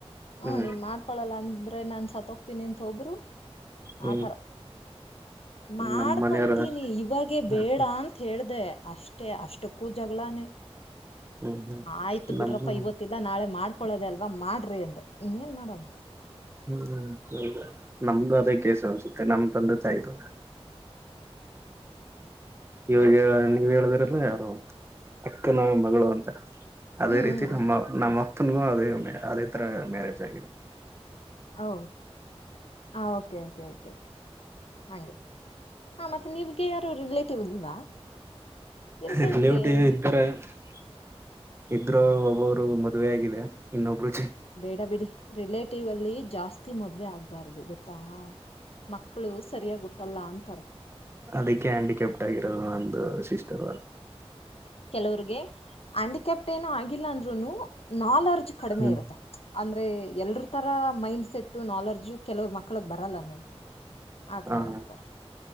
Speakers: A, on the left; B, on the right.
A: ಹ್ಮ
B: ಹ್ಮ್
A: ನೀನ್ ಮಾಡ್ಕೊಳಲ್ಲ ಅಂದ್ ನಾನ್ ಸತ್ ಹೋಗ್ತೀನಿ ಅಂತ ಒಬ್ರು
B: ಹ್ಮ್
A: ಆತರ ಮಾಡ್
B: ನಮ್
A: ಮಾಡ್ಕೊಂತೀನಿ
B: ಮನೆಯವ್ರ
A: ಇವಾಗೇ
B: ಹ್ಮ್
A: ಬೇಡ ಅಂತ್ ಹೇಳ್ದೆ <unintelligible> ಅಷ್ಟೆ ಅಷ್ಟುಕ್ಕೂ ಜಗಳಾನೇ
B: ಹ್ಮ್ ಹ್ಮ್
A: ಆಯ್ತು ಬಿಡ್ರಪ್ಪ
B: ನಮ್ ಹ್ಮ್
A: ಇವತ್ತಿಲ್ಲ ನಾಳೆ ಮಾಡ್ಕೊಳ್ಳೋದೆ ಅಲ್ವಾ ಮಾಡ್ರಿ ಅಂದೆ ಇನ್ನೇನ್ ಮಾಡಣ
B: ಹ್ಮ್ ಹೌದು ನಮ್ದು ಅದೇ ಕೇಸ್ ಅನ್ಸುತ್ತೆ <unintelligible> ತಾಯ್ತು ಇವಾಗ ನೀವ್ ಹೇಳಿದ್ರಲ್ಲ ಯಾರೊ ಅಕ್ಕನ ಮಗಳು ಅಂತ ಅದೇ
A: ಹ್ಮ್
B: ರೀತಿ
A: ಹ್ಮ್ ಹ್ಮ್
B: ನಮ್ಮ ನಮ್ ಪ್ಪುನು ಅದೆ ಅದೇ ತರ ಮ್ಯಾರೇಜ್ ಆಗಿ
A: ಹೌ ಹಾ ಓಕೆ ಓಕೆ ಓಕೆ ಆ ಹೇಳಿ ಮತ್ತೆ ನಿಮ್ಗೆ ಯಾರು ರಿಲೇ ಟಿವ್ ಇಲ್ವಾ ಇರ್ಬೇಕೆ
B: ರಿಲೌಟಿ
A: ಹ್ಮ್
B: <unintelligible> ಇದ್ರು ಒಬ್ರು ಮದುವೆ ಆಗಿದೆ ಇನ್ನೊಬ್ಳು
A: ಬೇಡ ಬಿಡಿ ರಿಲೇಟಿವ್ ಅಲ್ಲಿ ಜಾಸ್ತಿ ಮದ್ವೆ ಆಗ್ಬಾರ್ದು ಗೊತ್ತಾ ಮಕ್ಕಳು ಸರಿಯಾಗ್ ಹುಟ್ಟಲ್ಲ ಅಂತರೆ
B: ಅದಿಕ್ಕೆ ಹ್ಯಾಂಡಿಕ್ಯಾಪ್ಟ್ ಆಗಿರೋದು ನಂದು ಸಿಸ್ಟರು
A: ಕೆಲವ್ರಗೆ ಆ್ಯಂಡಿಕ್ಯಾಪ್ಟ್ ಏನು ಆಗಿಲ್ಲ ಅಂದ್ರುನು ನಾಲೆಜ್ ಕಡಿಮೆ
B: ಹ್ಮ್
A: ಇರುತ್ತೆ ಅಂದ್ರೆ ಎಲ್ರ ತರ ಅ ಮೈಂಡ್ಸೆಟ್ ನಾಲೆರ್ಜು ಕೆಲುವ್ರ್ ಮಕ್ಳಿಗ್ ಬರಲ್ಲ ನೋಡ್ ಆತರ
B: ಹ
A: ಇರ್ತಾರೆ